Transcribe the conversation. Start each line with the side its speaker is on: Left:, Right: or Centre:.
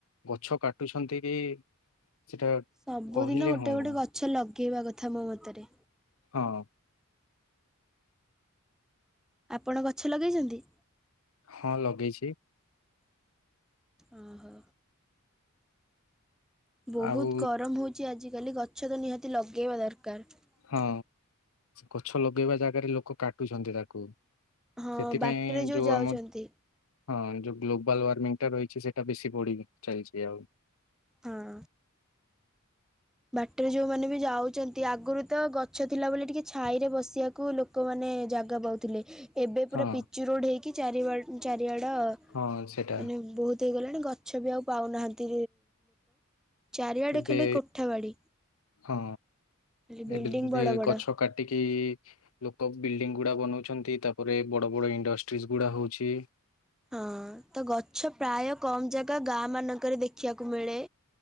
Left: ଗଛ କାଟୁଛନ୍ତି କି? ସେଟା
Centre: ସବୁଦିନ
Left: କହିଲେ
Centre: ଗୋଟେ
Left: ହଉନି
Centre: ଗୋଟେ ଗଛ ଲଗେଇବା କଥା ମୋ ମତରେ।
Left: ହଁ।
Centre: ଆପଣ ଗଛ ଲଗେଇଛନ୍ତି?
Left: ହଁ ଲଗେଇଛି।
Centre: ଓ ହୋ। ବହୁତ
Left: ଆଉ
Centre: ଗରମ ହଉଛି ଆଜିକାଲି ଗଛ ତ ନିହାତି ଲଗେଇବା ଦରକାର।
Left: ହଁ ଗଛ ଲଗେଇବା ଜାଗାରେ ଲୋକ କାଟୁଛନ୍ତି ତାକୁ।
Centre: ହଁ
Left: ସେଥିପାଇଁ
Centre: ବାଟରେ
Left: ଯୋଉ
Centre: ଯାଉଛନ୍ତି
Left: ଆମ ହଁ ଯୋଉ ଗ୍ଲୋବାଲ ୱାର୍ମିଂ। ଟା ରହିଛି ସେଇଟା ବେଶୀ ବଢି ଚାଲିଛି ଆଉ
Centre: ହଁ। ବାଟରେ ଯୋଉମାନେେ ବି ଯାଉଛନ୍ତି ଆଗରୁ ତ ଗଛ ଥିଲା ବୋଲି ଟିକେ ଛାଇ ରେ ବସି ଲୋକମାନେ ଜାଗା ପାଉଥିଲେ ଏବେ
Left: ହଁ
Centre: ପ ପିଚୁ ରୋଡ ହେ ଡ
Left: ହଁ ସେଟା
Centre: ମାନେ ବହୁତ ହେଇଗଲାଣି ଗଛ ବି ଆଉ ପାଉନାହାନ୍ତି। ଚାରିଆଡ଼େ
Left: ଏବେ
Centre: ଖାଲି କୋଠା ବାଡି
Left: ହଁ।
Centre: ଖାଲି ବିଲ୍ଡିଂ
Left: ଏବେ
Centre: ବଡ ବଡ
Left: ଗଛ କାଟିକି ଲୋକ ବିଲ୍ଡିଙ୍ଗ ଗୁଡା ବନଉଛନ୍ତି ତାପରେ ବଡ ବଡ ଇଣ୍ଡଷ୍ଟ୍ରିଜ ଗୁଡା ହଉଛି।
Centre: ହଁ ତ ଗଛ ପ୍ରାୟ କମ ଜାଗା ଗାଁ ମାନଙ୍କରେ ଦେଖିବାକୁ କୁ ମିଳେ